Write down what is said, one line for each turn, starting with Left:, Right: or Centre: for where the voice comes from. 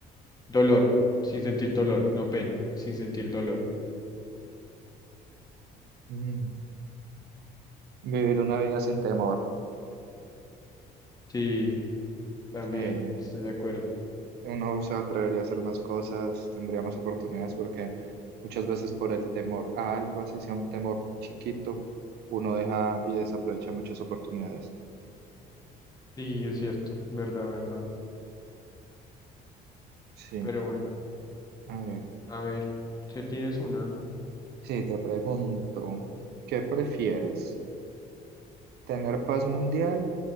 Left: dolor, sin sentir dolor, no pena, sin sentir dolor?
Right: Mm, Vivir una vida sin temor.
Left: Sí, también
Right: Sí.
Left: estoy de acuerdo.
Right: uno se atrevería a hacer más cosas, tendría más oportunidades, porque muchas veces por el temor a algo, así sea un temor chiquito, uno deja y desaprovecha muchas oportunidades.
Left: Sí, es cierto, verdad, verdad.
Right: Sí,
Left: Pero bueno,
Right: a ver,
Left: a ver, si tienes una.
Right: sí, te pregunto, ¿qué prefieres? ¿Tener paz mundial